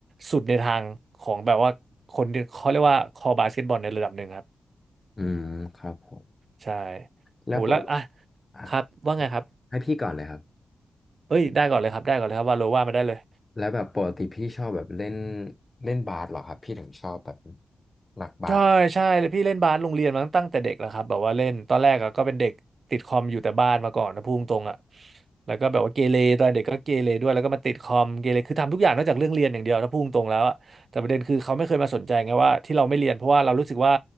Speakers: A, on the right (about 40°); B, on the left (about 15°).
A: สุดในทางของแบบว่าคนที่เขาเรียกว่าคอบาสเกตบอลในระดับหนึ่งครับ
B: อืมครับผม
A: ใช่
B: แล้วปวด
A: โหแล้วอ่ะ
B: อ่ะ
A: ครับว่าไงครับ
B: ให้พี่ก่อนเลยครับ
A: เอ้ยได้ก่อนเลยครับได้ก่อนเลยครับว่าโลว่ามาได้เลย
B: แล้วแบบปกติพี่ชอบแบบเล่นเล่นบาสเหรอครับพี่ถึงชอบแบบหนักบาส
A: ใช่ใช่เลยพี่เล่นบาสโรงเรียนมาตั้งแต่เด็กแล้วครับแบบว่าเล่นตอนแรกอะก็เป็นเด็กติดคอมอยู่แต่บ้านมาก่อนนะพูดตรงๆอะแล้วก็แบบว่าเกเรตอนเด็กก็เกเรด้วยแล้วก็มาติดคอมเกเรคือทำทุกอย่างนอกจากเรื่องเรียนอย่างเดียวนะพูดตรงๆแล้วอะ แต่ประเด็นคือเขาไม่เคยมาสนใจไงว่าที่เราไม่เรียนเพราะว่าเรารู้สึกว่า